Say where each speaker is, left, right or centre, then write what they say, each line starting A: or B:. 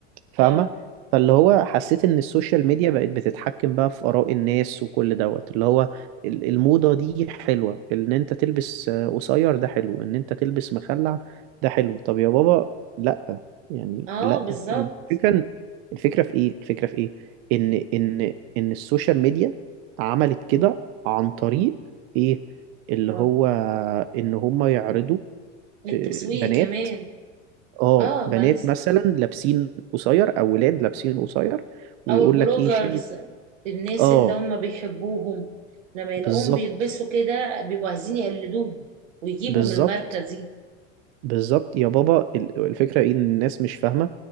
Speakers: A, on the right (about 60°); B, on the right (about 80°).
A: فاهمة
B: اه
A: فاللي هو حسيت ان السوشيال ميديا بقت بتتحكم بقى في آراء الناس وكل دوت اللي هو ال- الموضة دي حلوة ان انت تلبس آه، قصير ده حلو ان انت تلبس مخلع ده حلو طب يا بابا لا يعني
B: اه
A: لا
B: بالظبط
A: والفكرة الفكرة في ايه الفكرة في ايه ان ان ان السوشيال ميديا عملت كده عن طريق ايه اللي
B: اه
A: هو ان هم يعرضوا
B: التسويق
A: آه، بنات
B: كمان
A: اه
B: اه
A: بنات
B: ما لسه
A: مثلا لابسين قصير او ولاد لابسين قصير ويقول
B: او البلوجرز
A: لك ايه شايف
B: الناس
A: اه
B: اللي هم بيحبوهم لما يلاقوهم
A: بالظبط
B: بيلبسوا كده بيبقوا عايزين يقلدوهم ويجيبوا
A: بالظبط
B: من الماركة دي
A: بالظبط يا بابا ال- الفكره ايه ان الناس مش فاهمه